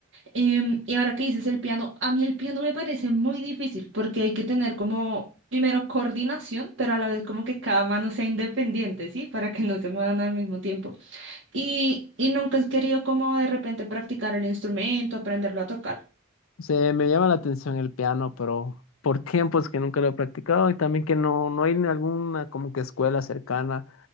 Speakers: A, on the right; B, on the left.
A: Em, y ahora que dices el piano, a mí el piano me parece muy difícil porque hay que tener como, primero, coordinación, pero a la vez como que cada mano sea independiente, ¿sí? Para que no se muevan al mismo tiempo. Y, y nunca has querido como de repente practicar el instrumento, aprenderlo a tocar,
B: se me llama la atención el piano, pero por <laughs> tiempos que nunca lo he practicado y también que no, no hay ni alguna como que escuela cercana.